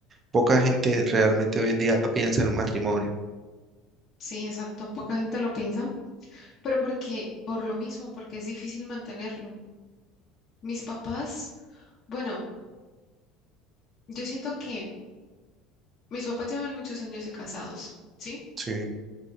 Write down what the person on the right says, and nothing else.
Poca gente realmente hoy en día piensa en un matrimonio.
Sí,